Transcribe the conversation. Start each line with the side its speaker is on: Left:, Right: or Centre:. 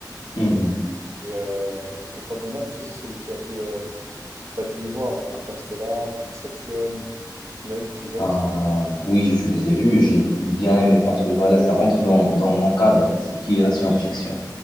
Left: Mhm.
Right: Et euh, Christopher Nolan, tu sais, c'est celui qui a fait. euh, t'as dû les voir, Interstellar, Inception. Tu l'as- tu les as
Left: Euh,
Right: vus, ces films-là?
Left: oui, je les ai vus et j'ai bien
Right: Ouais,
Left: aimé parce que voilà, ça rentre dans, dans mon cadre, ce qui est la science-fiction.